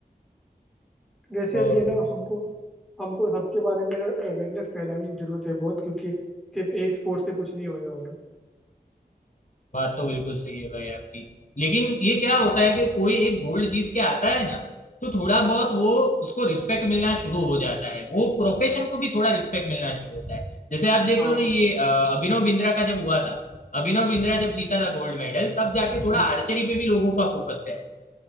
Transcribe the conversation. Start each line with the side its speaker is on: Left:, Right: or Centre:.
Centre: वैसे
Left: और
Centre: अभी है ना हमको हमको सबके बारे में अवेयरनेस फैलानी जरूरत है बहुत क्योंकि सिर्फ एक स्पोर्ट से कुछ नहीं होने वाला
Left: बात तो बिल्कुल सही है भाई आपकी लेकिन ये क्या होता है कि कोई एक गोल्ड जीत के आता है ना तो थोड़ा बहुत वो उसको रिस्पेक्ट मिलना शुरू हो जाता है वो प्रोफेशन को भी थोड़ा रिस्पेक्ट मिलना शुरू होता है जैसे आप देख
Centre: हाँ
Left: लो ना ये अ, अभिनव बिंद्रा का जब हुआ था अभिनव बिंद्रा जब जीता था गोल्ड मेडल तब जाके थोड़ा
Centre: हम्म,
Left: आर्चरी पे भी लोगों का फोकस गया